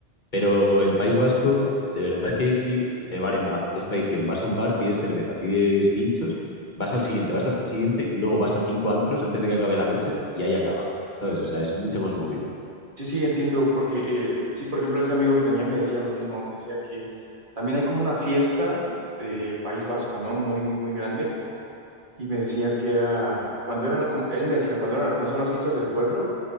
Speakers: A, on the left; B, on the right.
A: Pero en País Vasco, de verdad que es ir de bar en bar. Es tradición. Vas a un bar, pides cerveza, pides pinchos, vas al siguiente, vas al siguiente y luego vas a cinco antros antes de que acabe la noche y ahí acaba. ¿Sabes? O sea, es mucho más movido.
B: Sí, sí, entiendo, porque eh, sí, por ejemplo, ese amigo que tenía me decía lo mismo, me decía que también hay como una fiesta de País Vasco, ¿no? Muy, muy grande, y me decía que era, cuando eran, como- él me decía, cuando eran, cuando son las fiestas del pueblo,